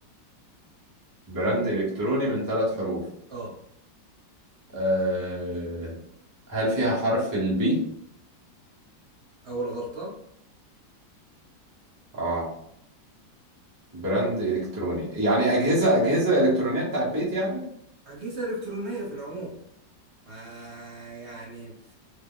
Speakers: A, on the right; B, on the right.
A: براند الكتروني من ثلاث حروف
B: اه
A: أه... هل فيها حرف البي
B: أول غلطة
A: اه براند الكتروني يعني اجهزة اجهزة الكترونية بتاع البيت يعني
B: أجهزة إلكترونية في العموم ما يعني